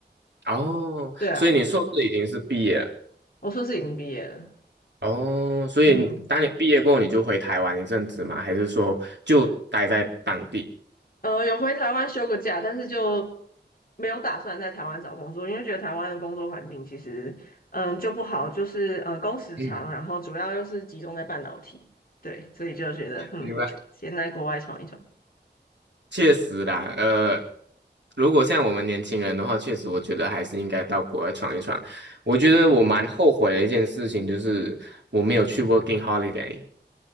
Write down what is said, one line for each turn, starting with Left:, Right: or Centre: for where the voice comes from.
Right: 哦，
Left: 对啊，
Right: 所以你硕士已经是毕业了。
Left: 我硕士已经毕业了，
Right: 哦，所以当你毕业过后，
Left: 嗯，
Right: 你就回台湾一阵子吗？还是说就待在当地？
Left: 呃，有回台湾休个假，但是就没有打算在台湾找工作，因为觉得台湾的工作环境其实嗯、就不好，就是呃工时长，
Right: 嗯，
Left: 然后主要又是集中在半导体，对，所以就觉得嗯，
Right: 明白。
Left: 先在国外闯一闯。
Right: 确实啦，呃，如果像我们年轻人的话，确实我觉得还是应该到国外闯一闯。我觉得我蛮后悔的一件事情就是我没有去
Left: 嗯。
Right: working holiday。